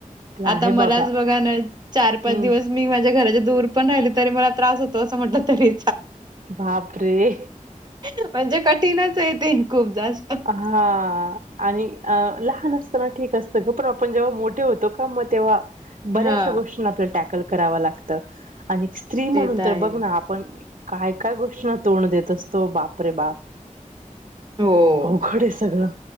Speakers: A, on the right; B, on the right.
A: ते आहे
B: आता मलाच
A: बाबा
B: बघा ना, चार, पाच,
A: हम्म
B: दीवस मी माझ्या घरा दूर पण राहिली तरी मला त्रास होतो. असं म्हटलं तरी
A: बापरे
B: <unintelligible> म्हणजे कठीणच आहे ते खूप जास्त
A: हा आणि अ लहान असताना ठीक असतं, ग पण आपण जेव्हा मोठे होतो म तेव्हा बऱ्याचशा
B: हा
A: गोष्टींना आपल्याला, टॅकल करावं लागत. आणि एक स्त्री
B: ते
A: म्हणून
B: आहे.
A: तर बघ ना, आपण काय काय गोष्टींना तोंड देत असतो. बापरे बाप
B: हो
A: अवघड हे सगळं